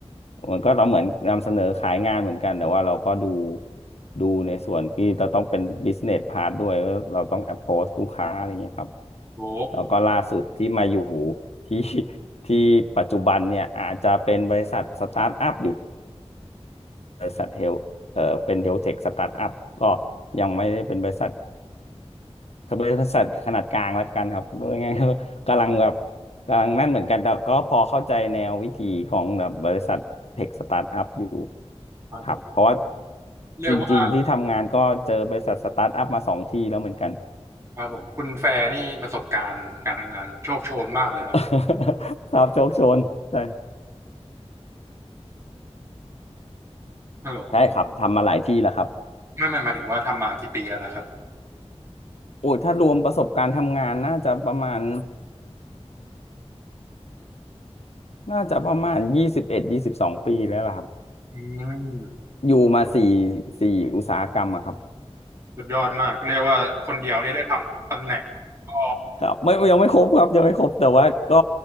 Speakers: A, on the left; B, on the right.
A: เหมือนก็เราเหมือนนำเสนอขายงานเหมือนกันแต่ว่าเราก็ดูดูในส่วนที่เราต้องเป็น business part ด้วยว่าเราต้อง approach ลูกค้าอะไรเงี้ยครับ
B: โอ้
A: แล้วก็ล่าสุดที่มาอยู่ที่ที่ปัจจุบันเนี่ยอาจจะเป็นบริษัทสตาร์ทอัพอยู่บริษัทเฮลเอ่อเป็นเฮลเทคสตาร์ทอัพก็ยังไม่ได้เป็นบริษัท ก็เป็นบริษัทขนาดกลางแล้วกันครับรู้ยังไงก็กำลังแบบกำลังนั่นเหมือนกันแต่ก็พอเข้าใจแนววิธีของแบบบริษัทเทคสตาร์ทอัพอยู่
B: ครับผม
A: ครับ เพราะว่า
B: เรียกว่า
A: จริงๆที่ทำงานก็เจอบริษัทสตาร์ทอัพมาสองที่แล้วเหมือนกัน
B: ครับผมคุณแฟร์นี่ประสบการณ์การทำงานโชคโชนมากเลยเนาะ
A: <laughs> ครับโชคโชนใช่
B: ฮัลโหล
A: ใช่ครับทำมาหลายที่แล้วครับ
B: ไม่ไม่หมายถึงว่าทำมากี่ปีแล้วนะครับ
A: โอ้ยถ้ารวมประสบการณ์ทำงานน่าจะประมาณน่าจะประมาณยี่สิบเอ็ดยี่สิบสองปีแล้วล่ะครับ
B: อืม
A: อยู่มาสี่สี่อุตสาหกรรมอะครับ
B: สุดยอดมากเรียกว่าคนเดียวนี่ได้ทำทุกตำแหน่งก็
A: ครับไม่ยังไม่ครบครับยังไม่ครบแต่ว่าก็